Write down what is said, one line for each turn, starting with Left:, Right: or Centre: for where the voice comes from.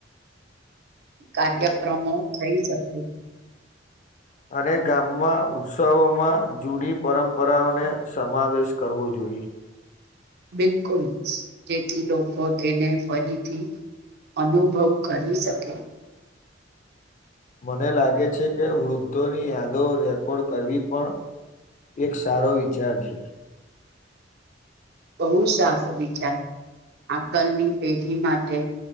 Right: કાર્યક્રમો થઈ શકે
Left: અને ગામમાં ઉત્સવોમાં જૂની પરંપરાઓને સમાવેશ કરવો જોઈએ <inaudible>
Right: બિલકુલ જેથી લોકો તેને ફરીથી અનુભવ કરી શકે
Left: મને લાગે છે કે વૃદ્ધોની યાદો રેકોર્ડ કરવી પણ એક સારો વિચાર છે
Right: બહુ સાચો વિચાર આગલની પેઢી માટે